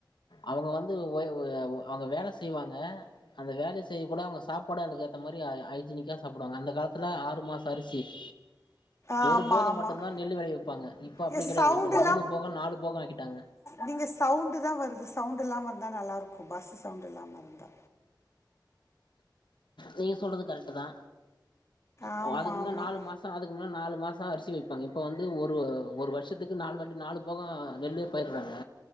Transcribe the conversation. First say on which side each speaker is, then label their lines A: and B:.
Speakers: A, on the left (about 80°); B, on the left (about 35°).
A: அவங்க வந்து ஓ அவங்க வேல செய்வாங்க அந்த வேல செய்ய கூட அவங்க சாப்பாட அதுகேத்த மாரி ஹைய்ஜீனிக்கா சாப்டுவாங்க அந்த காலத்துல ஆறு மாசரிசி <inaudible>
B: ஆமாம்
A: ஒரு போக
B: ஆமாம்
A: மட்டுந்தா நெல்லு வெளைவிப்பாங்க இப்ப அப்டி
B: ஏ
A: கெடையாது
B: சவுண்ட்
A: இப்ப மூணு போக நாலு போக ஆக்கிட்டாங்க
B: நீங்க சவுண்டு தா வருது சவுண்டு இல்லாம ருந்தா நல்லா ருக்கு பஸ்ஸு சவுண்ட் இல்லாம இருந்தா
A: நீங்க சொல்றது கரெட்டு தா
B: ஆமாம்
A: ஓ அதுக்கு முன்ன
B: ஆமாம்
A: நாலு மா சம் அதுக்கு முன்ன நாலு மாச அரிசி வெப்பாங்க இப்போ வந்து ஒரு ஒரு வருஷத்துக்கு நாலு வாட்டி நாலு போக நெல்லே பயிடுறாங்க